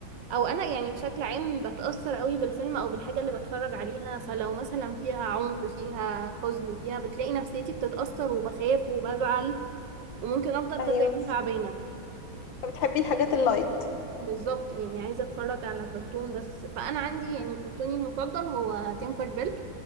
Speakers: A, on the right (about 70°); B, on the left (about 80°).
A: او انا يعني بشكل عام بتاثر قوي بالفيلم او بالحاجه اللي بتفرج عليها فلو مثلا فيها عنف فيها حزن فيها بتلاقي نفسيتي بتتاثر وبخاف وبزعل وممكن افضل
B: ايوه
A: كذا يوم تعبانه
B: بتحبي الحاجات اللايت
A: بالظبط يعني عايزه اتفرج على كرتون بس فانا عندي يعني كرتوني المفضل هو تينكر بيل